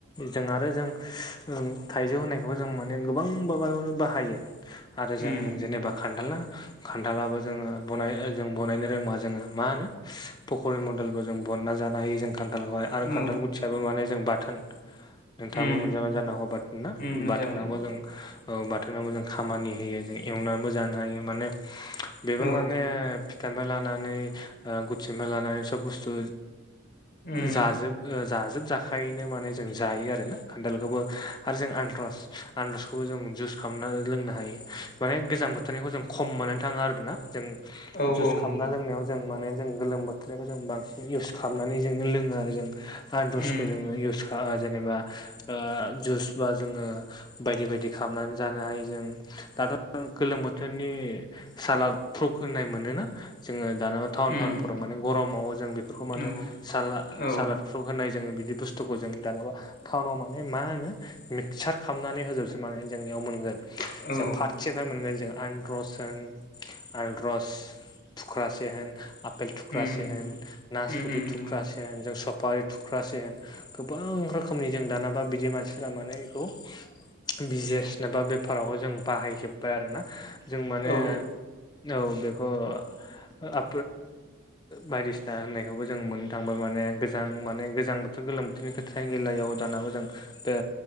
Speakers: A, on the left; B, on the left.
A: जों आरो जों थाइजौ होनायखौबो जों माने गोबां माबायावनो बाहायो आरो
B: उम
A: जों जेनेबा खान्दाला खान्थालाबो जोङो ब जों बनायनो रोङा जोङो मा होनो पकरि मडेलबो जों बनना जानो हायो जों खान्थालखौहाय आरो
B: औ
A: खान्थाल गुथियाबो माने जों बाथोन नोंथाङाबो
B: उम
A: मोनजाबानो जानो हागौ बा बाथोनाव
B: उम मोनजा मोनजा
A: ज बोनाव मो जों खामानि होयो जों एवनानैबो जानो हायो माने बेबो
B: औ
A: माने फिथफ्राय लानानै गुथिनिफ्राय लानानै सब बुस्थु
B: उम
A: जाजोब जाजोब जाखायैनो माने जों जायो आरोोना खान्दालखौबो आरो जों आन्रस आनद्रसखौबो जों जुस खालामना लोंनो हायो माने गोजां बोथोरनिखौ जों खम मोननानै थाङो आरो दाना जों
B: औ
A: जुइस
B: औ
A: खालामना
B: नंगौ
A: लोंनायाव जों माने जों गोलोम बोथोरखौ जों बांसिन इउस खालामनानै जोङो लोङो आरो जों आनारसखौ
B: उम
A: जोङो इउस खालाम जेनेबा ओ जुस बा जोङो बायदि बायदि खालामनानै जानो हायो जों दाथ' गोलोम बोथोरनि सालाद फ्रुख होननाय मोनोना जोङो दाना मा टाउन
B: उम
A: थटाउनफोराव माने गरमाव जों बेफोरखौ माने
B: नंगौ
A: साला
B: औ
A: सालाद प्रख होनाय जोङो बिदि बुस्थुखौ जों दानबा टाउनाव माने मा होनो मिक्सार खालामनानै होजोबसैनानैे जोंनियाव मोनगोन
B: औ
A: जों फार सेनो मोनगोन जों एनडरस होन आनदरस <inaudible> <unintelligible> फुख्रासे होन आफेल थुख्रासे
B: उम
A: होन नासफथि
B: उम उम
A: थुख्रासे
B: नंगौ
A: जों सफारि थुख्रासेेन गोबां रोखोमनि जों दानाबा बिदि मानसि फोरा माने बेखौ बिजनेस बा बेफाराव जों बाहायजोब्बाय आरो ना जों माने
B: औ
A: औ बेखौ ओ बायदिसिना होननायखौबो जों मोननो थांबाय माने गोजां माने गोजां बोथोर गोलोम बोरनि खोथाया गलायाव दानाबो जां दा